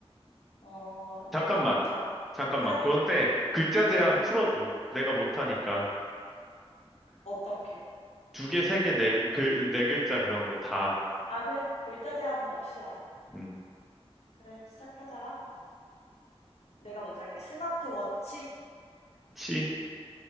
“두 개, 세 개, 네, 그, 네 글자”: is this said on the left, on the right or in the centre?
Centre